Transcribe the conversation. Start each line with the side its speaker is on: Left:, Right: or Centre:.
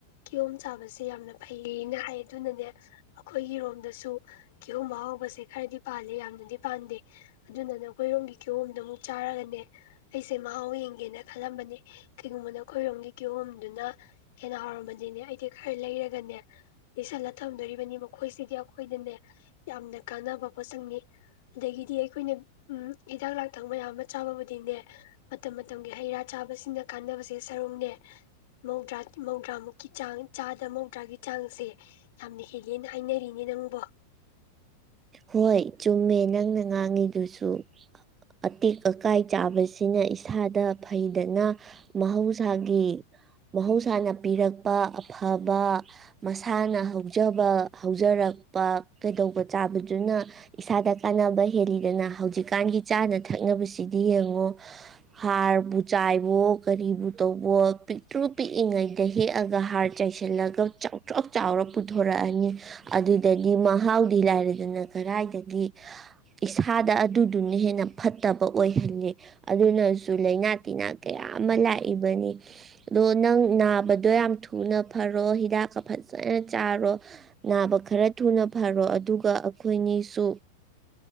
Left: ꯀꯤꯍꯣꯝ ꯆꯥꯕꯁꯦ ꯌꯥꯝꯅ ꯐꯩꯌꯦꯅ ꯍꯥꯏ ꯑꯗꯨꯅꯅꯦ ꯑꯩꯈꯣꯏꯒꯤꯔꯣꯝꯗꯁꯨ ꯀꯤꯍꯣꯝ ꯑꯍꯥꯎꯕꯁꯦ ꯈꯔꯗꯤ ꯄꯥꯜꯂꯤ ꯌꯥꯝꯅꯗꯤ ꯄꯥꯟꯗꯦ ꯑꯗꯨꯅꯅ ꯑꯩꯈꯣꯏꯔꯣꯝꯒꯤ ꯀꯤꯍꯣꯝꯗꯣ ꯑꯃꯨꯛ ꯆꯥꯔꯒꯅꯦ ꯑꯩꯁꯦ ꯃꯍꯥꯎ ꯌꯦꯡꯒꯦꯅ ꯈꯜꯂꯝꯕꯅꯤ ꯀꯩꯒꯨꯝꯕꯅ ꯑꯩꯈꯣꯏꯔꯣꯝꯒꯤ ꯀꯤꯍꯣꯝꯗꯨꯅ ꯍꯦꯟꯅ ꯍꯥꯎꯔꯝꯃꯗꯤꯅꯦ ꯑꯩꯗꯤ ꯈꯔ ꯂꯩꯔꯒꯅꯦ ꯂꯩꯁꯜꯂ ꯊꯝꯗꯣꯔꯤꯕꯅꯤ ꯃꯈꯣꯏꯁꯤꯗꯤ ꯑꯩꯈꯣꯏꯗꯅꯦ ꯌꯥꯝꯅ ꯀꯥꯟꯅꯕ ꯄꯣꯠꯁꯛꯅꯤ ꯑꯗꯒꯤꯗꯤ ꯑꯩꯈꯣꯏꯅ ꯎ ꯍꯤꯗꯥꯛ ꯂꯥꯡꯊꯛꯕ ꯌꯥ ꯑꯃ ꯆꯥꯕꯕꯨꯗꯤꯅꯦ ꯃꯇꯝ ꯃꯇꯝꯒꯤ ꯍꯩ ꯔꯥ ꯆꯥꯕꯁꯤꯡꯅ ꯀꯥꯟꯅꯕꯁꯦ ꯁꯔꯨꯛꯅꯦ ꯃꯧꯗ꯭ꯔꯥ ꯃꯧꯗ꯭ꯔꯥ ꯃꯨꯛꯀꯤ ꯆꯥꯡ ꯆꯥꯗ ꯃꯧꯗ꯭ꯔꯥꯒꯤ ꯆꯥꯡꯁꯦ ꯌꯥꯝꯅ ꯍꯦꯜꯜꯂꯤꯦꯅ ꯍꯥꯏꯅꯔꯤꯅꯦ ꯅꯪꯕꯣ
Right: ꯍꯣꯏ ꯆꯨꯝꯃꯦ ꯅꯪꯅ ꯉꯥꯡꯉꯤꯗꯨꯁꯨ ꯑꯇꯦꯛ ꯑꯀꯥꯏ ꯆꯥꯕꯁꯤꯅ ꯏꯁꯥꯗ ꯐꯩꯗꯅ ꯃꯍꯧꯁꯥꯒꯤ ꯃꯍꯧꯁꯥꯅ ꯄꯤꯔꯛꯄ ꯑꯐꯕ ꯃꯁꯥꯅ ꯍꯧꯖꯕ ꯍꯧꯖꯔꯛꯄ ꯀꯩꯗꯧꯕ ꯆꯥꯕꯗꯨꯅ ꯏꯁꯥꯗ ꯀꯥꯟꯅꯕ ꯍꯦꯜꯂꯤꯗꯅ ꯍꯧꯖꯤꯛꯀꯥꯟꯒꯤ ꯆꯥꯅ ꯊꯛꯅꯕꯁꯤꯗꯤ ꯌꯦꯡꯉꯣ ꯍꯥꯔꯕꯨ ꯆꯥꯏꯕꯣ ꯀꯔꯤꯕꯨ ꯇꯧꯕꯣ ꯄꯤꯛꯇ꯭ꯔꯨ ꯄꯤꯛꯏꯉꯩꯗ ꯍꯦꯛꯑꯒ ꯍꯥꯔ ꯆꯥꯏꯁꯤꯜꯂꯒ ꯆꯥꯎꯇ꯭ꯔꯥꯛ ꯆꯥꯎꯔ ꯄꯨꯊꯣꯔꯛꯑꯅꯤ ꯑꯗꯨꯗ ꯒꯤ ꯃꯍꯥꯎ ꯇꯤ ꯂꯥꯏꯔꯗꯅ ꯀꯗꯥꯏꯗꯒꯤ ꯏꯁꯥꯗ ꯑꯗꯨꯗꯨꯅ ꯍꯦꯟꯅ ꯐꯠꯇꯕ ꯑꯣꯏꯍꯜꯂꯤ ꯑꯗꯨꯅꯁꯨ ꯂꯩꯥꯏꯅꯥ ꯇꯤꯟꯅꯥ ꯀꯌꯥ ꯑꯃ ꯂꯥꯛꯏꯕꯅꯤ ꯑꯗꯣ ꯅꯪ ꯅꯥꯕꯗꯣ ꯌꯥꯝ ꯊꯨꯅ ꯐꯔꯣ ꯍꯤꯗꯥꯛꯀ ꯐꯖꯅ ꯆꯥꯔꯣ ꯅꯥꯕ ꯈꯔ ꯊꯨꯅ ꯐꯔꯣ ꯑꯗꯨꯒ ꯑꯈꯣꯏꯅꯤꯁꯨ